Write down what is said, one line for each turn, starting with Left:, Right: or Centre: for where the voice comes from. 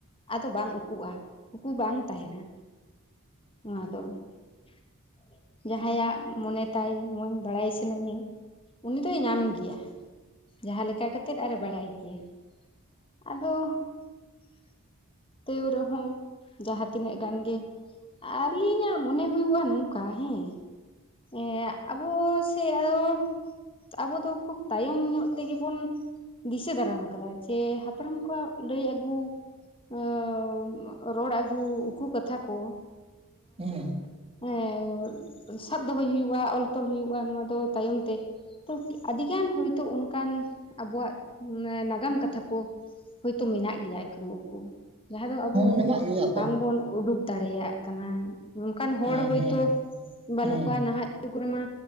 Left: ᱟᱫᱚ ᱵᱟᱝ ᱩᱠᱩᱜ-ᱟ, ᱩᱠᱩ ᱵᱟᱝ ᱛᱟᱦᱮᱱᱟ ᱱᱚᱣᱟ ᱫᱚ ᱾ <inaudible> ᱡᱟᱦᱟᱸᱭᱟᱜ ᱢᱚᱱᱮ ᱛᱟᱭ ᱱᱚᱣᱟᱧ ᱵᱟᱲᱟᱭ ᱥ ᱟᱹᱱᱟᱹᱧᱟ ᱩᱱᱤ ᱫᱚᱭ ᱧᱟᱢ ᱜᱮᱭᱟ ᱡᱟᱦᱟᱸ ᱞᱮᱠᱟ ᱠᱟᱛᱮᱜ ᱟᱨᱮ ᱵᱟᱲᱟᱭ ᱜᱮᱭᱟ ᱾ ᱟᱫᱚ <inaudible> ᱛᱟᱹᱣ ᱨᱮᱦᱚᱸ ᱡᱟᱦᱟᱸ ᱛᱤᱱᱟᱹᱜ ᱜᱟᱱ ᱜᱮ ᱟᱹᱞᱤᱧᱟᱜ ᱢᱚᱱᱮ ᱦᱩᱭᱩᱜ-ᱟ ᱱᱚᱝᱠᱟ ᱦᱮᱸ ᱮᱸ ᱟᱵᱚ ᱥᱮ ᱟᱫᱚ <inaudible> ᱟᱵᱚ ᱫᱚ ᱠᱷᱩᱵ ᱛᱟᱭᱚᱢ ᱧᱚᱜ ᱛᱮᱜᱮ ᱵᱚᱱ ᱫᱤᱥᱟᱹ ᱫᱟᱨᱟᱢ ᱟᱠᱟᱫᱟ ᱡᱮ ᱦᱟᱯᱲᱟᱢ ᱠᱚᱣᱟᱜ ᱞᱟᱹᱭ ᱟᱹᱜᱩ ᱟᱻ ᱨᱚᱲ ᱟᱹᱜᱩ ᱩᱠᱩ ᱠᱟᱛᱷᱟ ᱠᱚ
Right: ᱦᱮᱸ ᱾
Left: ᱮᱸ ᱥᱟᱵ ᱫᱚᱦᱚᱭ ᱦᱩᱭᱩᱜ-ᱟ, ᱚᱞ ᱛᱚᱞ ᱦᱩᱭᱩᱜ-ᱟ ᱱᱚᱣᱟ ᱫᱚ ᱛᱟᱭᱚᱢ ᱛᱮ ᱛᱚ ᱟᱹᱰᱤᱜᱟᱱ ᱦᱳᱭ ᱛᱳ ᱚᱱᱠᱟᱱ ᱟᱵᱚᱣᱟᱜ ᱱᱟᱜᱟᱢ ᱠᱟᱛᱷᱟ ᱠᱚ ᱦᱳᱭ ᱛᱳ ᱢᱮᱱᱟᱜ ᱜᱮᱭᱟ ᱮᱠᱷᱚᱱᱳ ᱩᱠᱩ ᱾ ᱡᱟᱦᱟᱸ ᱫᱚ ᱟᱵᱚ
Right: ᱢᱮᱱᱟᱜ ᱜᱮᱭᱟ ᱛᱚ
Left: ᱵᱟᱝᱵᱚᱱ ᱩᱰᱩᱠ ᱫᱟᱲᱮᱭᱟᱜ ᱠᱟᱱᱟ ᱾ ᱱᱚᱝᱠᱟᱱ ᱦᱚᱲ
Right: ᱦᱮᱸ
Left: ᱦᱳᱭᱛᱳ
Right: ᱦᱮᱸ
Left: ᱵᱟᱹᱱᱩᱜ
Right: ᱦᱮᱸ
Left: ᱠᱚᱣᱟ ᱱᱟᱦᱟᱜ ᱡᱩᱜᱽ ᱨᱮ ᱢᱟ